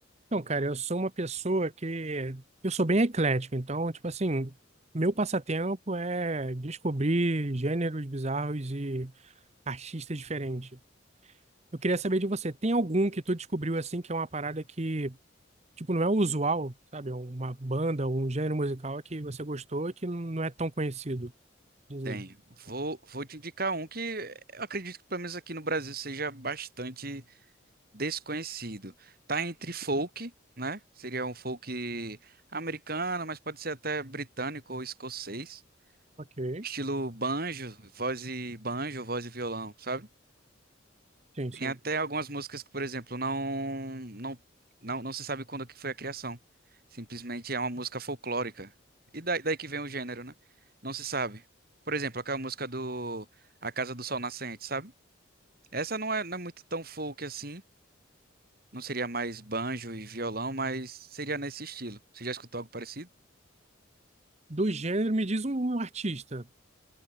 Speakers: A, on the right; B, on the right.
A: Então, cara, eu sou uma pessoa que eu sou bem eclético, então, tipo assim, meu passatempo é descobrir gêneros bizarros e artistas diferentes. Eu queria saber de você, tem algum que tu descobriu assim que é uma parada que, tipo, não é o usual, sabe? Uma banda ou um gênero musical que você gostou e que não é tão conhecido. Diz
B: Tenho.
A: aí.
B: Vou, vou te indicar um que eu acredito que pelo menos aqui no Brasil seja bastante desconhecido. Tá entre folk, né? Seria um folk americano, mas pode ser até britânico ou escocês.
A: Ok.
B: Estilo banjo, voz e banjo, voz e violão, sabe?
A: Sim,
B: Tem
A: sim.
B: até algumas músicas que, por exemplo, não, não, não, não se sabe quando que foi a criação. Simplesmente é uma música folclórica. E daí, daí que vem o gênero, né? Não se sabe. Por exemplo, aquela música do A Casa do Sol Nascente, sabe? Essa não é, não é muito tão folk assim. Não seria mais banjo e violão, mas seria nesse estilo. Você já escutou algo parecido?
A: Do gênero, me diz um um artista.